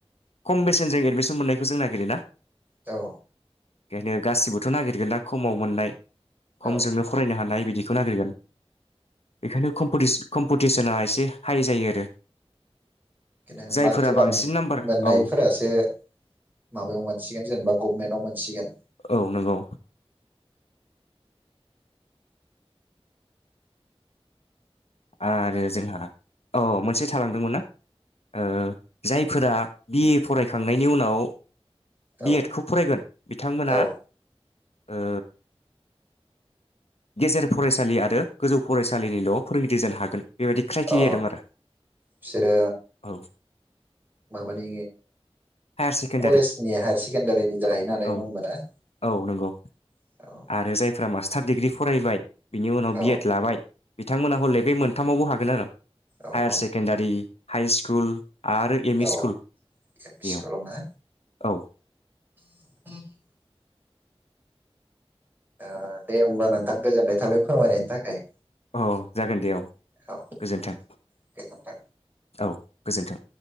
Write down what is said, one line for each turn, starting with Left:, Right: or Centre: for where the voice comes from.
Left: खम बेसेनजों एडमिसन मोननायखौ जों नागिरोना
Right: औ
Left: बेखायनो गासिबोथ नागिरगोन ना खमाव मोननाय खमजोंनो
Right: औ
Left: फरायनो हानाय बिदि बिखौ नागिरगोन बेखायनो कम्पिटि कम्पिटिसना एसे हाइ जायो आरो
Right: बिदिनो
Left: जायफोरा
Right: मार्क गोबां
Left: बांसिन नाम्बार
Right: मोननायफोरासो
Left: औ
Right: माबायाव मोनसिगोन जेनेबा गभमेन्टाव मोनसिगोन।
Left: औ नंगौ आरो जोंहा अ मोनसे थालांदोंमोनना ओ जायफोरा बि ए फरायखांनायनि उनाव
Right: औ
Left: बि एड खौ फरायगोन बिथांमोना
Right: औ
Left: ओ गेजेर फरायसालि आरो गोजौ फरायसालिनिल फोरोंगिरि जानो हागोन बेबायदि क्राइटेरिया
Right: अ
Left: दं आरो
Right: बिसोरो
Left: औ
Right: माबानि
Left: हायार सेकेण्डारि
Right: कलेजनि हायार सेकेणडारिनि जाहैनो हानाय नङा
Left: औ
Right: होनबा ना
Left: औ नंगौ
Right: औ
Left: आरो जायफ्रा मास्टार दिग्रि फरायबाय बिनि उनाव
Right: औ
Left: बि एड लाबाय। बिथांमोना हले बे मोनथामावबो हागोन आरो
Right: औ
Left: हायार
Right: औ
Left: सेकेण्डारि हाइ स्कुल आरो एम
Right: औ
Left: इ स्कुल बेयाव।
Right: एम इ स्कुलाव ना
Left: औ।
Right: <inaudible> ओ दे होमबा नोंथां गोजोननाय थाबाय। फोरमायनायनि थाखाय।
Left: औ जागोन दे औ
Right: औ
Left: गोजोन्थों
Right: गोजोन्थों।
Left: औ। गोजोन्थों।